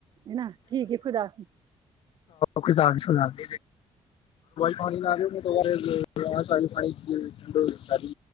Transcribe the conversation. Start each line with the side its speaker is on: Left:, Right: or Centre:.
Right: ہے نا ٹھیک ہے خدا حافظ
Left: سو ب ف تو سال پانی کی کاری